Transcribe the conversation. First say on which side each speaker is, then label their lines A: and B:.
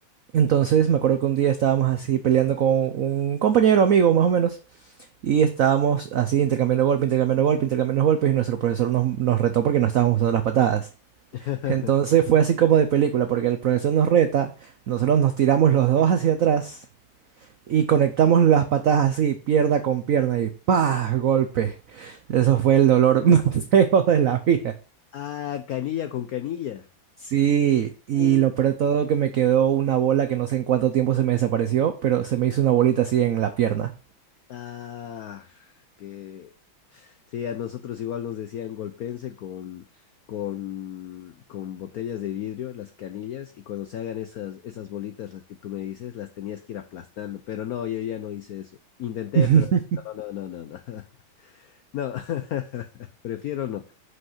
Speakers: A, on the right; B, on the left.
A: Entonces me acuerdo que un día estábamos así peleando con un compañero, amigo más o menos, y estábamos así intercambiando golpes, intercambiando golpes, intercambiando golpes, y nuestro profesor nos, nos retó porque no estábamos usando las patadas.
B: <laughs>
A: Entonces fue así como de película, porque el profesor nos reta, nosotros nos tiramos los dos hacia atrás y conectamos las patas así, pierna con pierna y ¡pah! Golpe. Eso fue el dolor <laughs> más feo de la vida.
B: Ah, canilla con canilla.
A: Sí, y
B: Uh,
A: lo peor de todo que me quedó una bola que no sé en cuánto tiempo se me desapareció, pero se me hizo una bolita así en la pierna.
B: Ah, que sí, a nosotros igual nos decían golpense con, con, con botellas de vidrio, las canillas, y cuando se hagan esas, esas bolitas, las que tú me dices, las tenías que ir aplastando, pero no, yo ya no hice eso. Intenté,
A: <laughs>
B: pero no, no, no, no, no. <laughs> No, <laughs> prefiero no.